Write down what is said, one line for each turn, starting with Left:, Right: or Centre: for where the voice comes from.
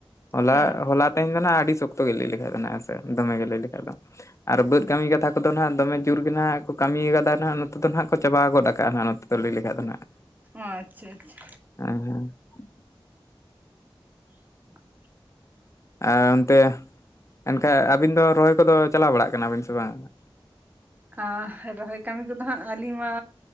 Left: ᱦᱚᱞᱟ
Right: ᱦᱮᱸ ᱟᱪᱪᱷᱟ
Left: ᱦᱚᱞᱟ ᱛᱮᱦᱮᱧ ᱫᱚ ᱱᱟᱜ ᱟᱹᱰᱤ ᱥᱚᱠᱛᱚ ᱜᱮ ᱞᱟᱹᱭ ᱞᱮᱠᱟᱡ ᱢᱮᱱᱟᱜᱟ ᱥᱮ ᱫᱚᱢᱮ ᱜᱮ ᱞᱟᱹᱭ ᱞᱮᱠᱷᱟᱡ ᱫᱚ᱾ ᱟᱨ ᱵᱟᱹᱫᱽ ᱠᱟᱹᱢᱤ ᱠᱟᱛᱷᱟ ᱠᱚᱫᱚ ᱦᱟᱸᱜ ᱫᱚᱢᱮ ᱡᱳᱨ ᱜᱮ ᱱᱦᱟᱸᱜ ᱠᱚ ᱠᱟᱹᱢᱤ ᱟᱠᱟᱫᱟ ᱱᱦᱟᱸᱜ ᱱᱚᱛᱮ ᱫᱚ ᱱᱦᱟᱸᱜ ᱠᱚ ᱪᱟᱵᱟ ᱜᱚᱫ ᱟᱠᱟᱜᱼᱟ ᱦᱟᱜ ᱱᱚᱛᱮ᱾ ᱛᱚ ᱞᱟᱹᱭ ᱞᱮᱠᱦᱟᱡ ᱫᱚ ᱱᱦᱟᱜ᱾
Right: ᱦᱚᱸ ᱟᱪᱪᱷᱟᱼᱟᱪᱪᱷᱟ᱾
Left: <unintelligible>
Right: <inaudible>
Left: ᱟᱨ ᱚᱱᱛᱮ ᱮᱱᱠᱷᱟᱡ ᱟᱹᱵᱤᱱ ᱫᱚ ᱨᱚᱦᱚᱭ ᱠᱚᱫᱚ ᱪᱟᱞᱟᱣ ᱵᱟᱲᱟᱜ ᱠᱟᱱᱟᱵᱤᱱ ᱥᱮ ᱵᱟᱝᱟ᱾
Right: ᱟᱨ ᱨᱚᱦᱚᱭ ᱠᱟᱹᱢᱤ ᱠᱚᱫᱚ ᱦᱟᱸᱜ ᱟᱹᱞᱤᱧ ᱢᱟ